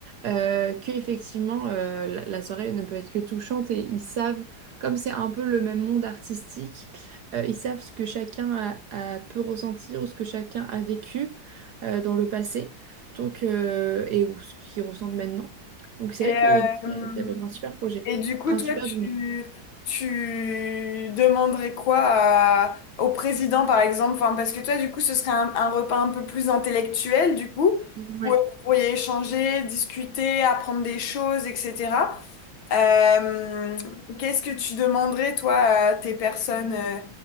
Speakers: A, on the right (about 70°); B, on the left (about 70°).
A: euh, que effectivement euh, la, la soirée ne peut être que touchante et ils savent, comme c'est un peu le même monde artistique, euh, ils savent ce que chacun a, a peut ressentir ou ce que chacun a vécu euh, dans le passé, donc euh, et ou ce qu'ils ressentent maintenant. Donc c'est
B: Et,
A: vrai que ça
B: euh,
A: peut être un super projet,
B: Et du coup,
A: un
B: toi,
A: super
B: tu,
A: dîner.
B: tu demanderais quoi à- au président, par exemple? Enfin, parce que toi, du coup, ce serait un, un repas un peu plus intellectuel, du coup,
A: Ouais.
B: où vous pourriez échanger, discuter, apprendre des choses, etc. Euh, qu'est-ce que tu demanderais, toi, à tes personnes, euh,